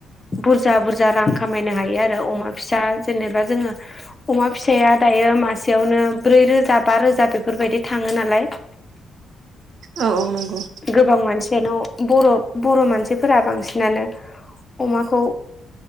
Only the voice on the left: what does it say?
बुरजा बुरजा रां खामायनो हायो आरो अमा फिसा जेनेबा जोङो अमा फिसाया दायो मासेयावनो ब्रै रोजा बा रोजा बेफोरबायदि थाङो नालाय। <inaudible>
गोबां मानसियानो बर' बर' मानसिफोरा बांसिनानो अमाखौ